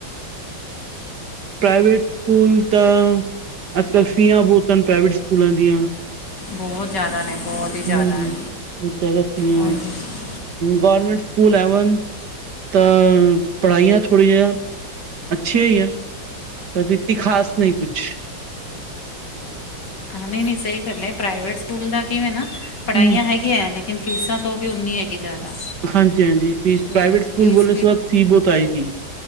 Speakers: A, on the right; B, on the left.
A: ਪ੍ਰਾਈਵੇਟ ਸਕੂਲ ਤਾਂ, ਅੱਜ ਕੱਲ੍ਹ ਫੀਆਂ ਬਹੁਤ ਹਨ ਪ੍ਰਾਈਵੇਟ ਸਕੂਲਾਂ ਦੀਆਂ।
B: ਬਹੁਤ ਜਿਆਦਾ ਨੇ। ਬਹੁਤ ਹੀ ਜ਼ਿਆਦਾ
A: ਹੂ,
B: ਹੈ
A: ਬਹੁਤ ਜ਼ਿਆਦਾ ਫੀ ਹੈ।
B: ਹਾਂ
A: ਗੌਰਮੈਂਟ ਸਕੂਲ ਹੈਵ ਤਾਂ ਪੜ੍ਹਾਈਆਂ ਥੋੜ੍ਹੀਆਂ, ਜਿਹੀਆਂ ਅੱਛੀਆਂ ਹੈ ਹੀਆਂ। ਪ੍ਰਤੀ ਖਾਸ ਨਹੀਂ ਕੁਛ।
B: ਹਾਂ, ਨਹੀਂ- ਨਹੀਂ ਸਹੀ ਗੱਲ ਹੈ। ਪ੍ਰਾਈਵੇਟ ਸਕੂਲ ਦਾ ਕਿਵੇਂ ਨਾ ਪੜ੍ਹਾਈਆਂ
A: ਹੂੰ
B: ਹੈਗੀਆਂ। ਲੇਕਿਨ ਫੀਸਾਂ ਤੋਂ ਵੀ ਉਨੀ ਹੈਗੀ ਜ਼ਿਆਦਾ।
A: ਹਾਂਜੀ -ਹਾਂਜੀ। ਫੀਸ
B: ਉਹੀ
A: ਪ੍ਰਾਈਵੇਟ ਸਕੂਲ
B: ਫੀਸ
A: ਬੋਲਣੇ ਤੋਂ ਬਾਅਦ ਫੀ ਬਹੁਤ ਆਏਗੀ ਹੈ।